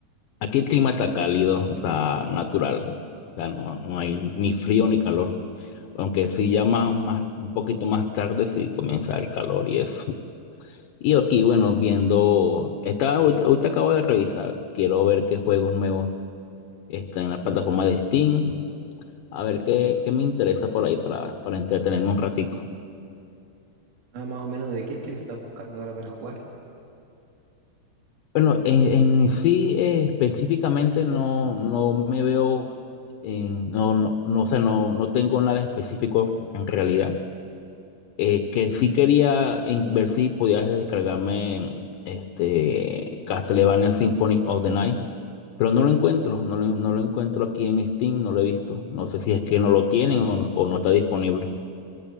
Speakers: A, on the left; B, on the right.
A: aquí el clima está cálido, está natural. O sea, no, no hay ni frío ni calor. Aunque sí, ya más, más, un poquito más tarde sí comienza el calor y eso. Y aquí, bueno, viendo. Estaba, ahorita, ahorita acabo de revisar. Quiero ver qué juegos nuevos están en la plataforma de Steam. A ver qué, qué me interesa por ahí para, para entretenerme un ratico.
B: Ah, más o menos, ¿de qué estilo estás buscando ahora para jugar?
A: Bueno, en, en sí eh, específicamente no, no me veo, en- no, no, no, o sea, no, no tengo nada específico en realidad. Eh, que sí quería en- ver si podías descargarme este, Castlevania Symphony of the Night, pero no lo encuentro, no lo, no lo encuentro aquí en Steam, no lo he visto. No sé si es que no lo tienen o, o no está disponible.